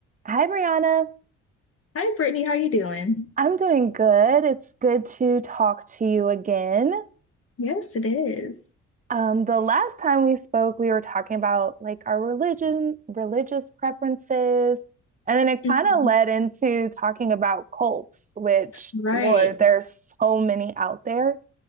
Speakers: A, on the right (about 25°); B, on the left (about 45°).
A: Hi, Brianna.
B: Hi, Brittany. How are you doing?
A: I'm doing good. It's good to talk to you again.
B: Yes, it is.
A: Um, the last time we spoke, we were talking about like our religion, religious preferences, and then it
B: Mhm.
A: kind of led into talking about cults, which,
B: Right.
A: Lord, there's so many out there.